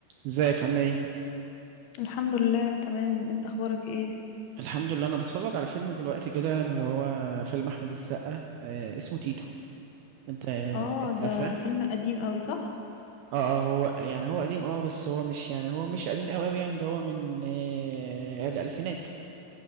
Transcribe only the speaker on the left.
الحمد لله تمام انت اخبارك ايه
اه
ده
فيلم قديم قوي صح